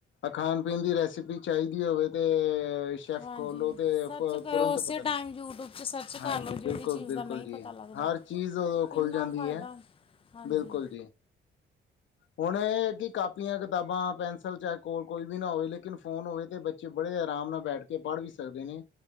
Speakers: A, on the left; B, on the left.
A: ਖਾਨ - ਪੀਨ ਦੀ ਰੈਸਿਪੀ ਚਾਹੀਦੀ ਹੋਵੇ ਤੇ ਚੈੱਸ
B: ਹਾਂਜੀ
A: ਖੋਲੋ ਤੇ
B: ਸਰਚ ਕਰੋ
A: ਤੁਰੰਤ
B: ਉਸੇ
A: ਪਤਾ ਨੀ
B: ਟਾਈਮ 'ਚ ਸਰਚ
A: ਹਾਂਜੀ
B: ਕਰ ਲਓ
A: ਬਿਲਕੁਲ-
B: ਜਿਹੜੀ ਚੀਜ਼
A: ਬਿਲਕੁਲ
B: ਦਾ ਨਹੀਂ
A: ਜੀ
B: ਪਤਾ ਲੱਗਦਾ
A: ਹਰ ਚੀਜ਼ ਉਦੋਂ
B: ਕਿੰਨਾ
A: ਖੁੱਲ ਜਾਂਦੀ
B: ਫਾਇਦਾ
A: ਐ।
B: ਹਾਂਜੀ
A: ਬਿਲਕੁਲ ਜੀ। ਹੁਨ ਇਹ ਕਿ ਕਾਪੀਆਂ ਕਿਤਾਬਾਂ ਪੈਨਸਿਲ ਚਾਹੇ ਕੋਲ ਕੋਈ ਵੀ ਨਾ ਹੋਵੇ ਲੇਕਿਨ ਫੋਨ ਹੋਵੇ ਤੇ ਬੱ ਚੇ ਬੜੇ ਆਰਾਮ ਨਾਲ ਬੈਠ ਕੇ ਪੜ੍ਹ ਵੀ ਸਕਦੇ ਨੇ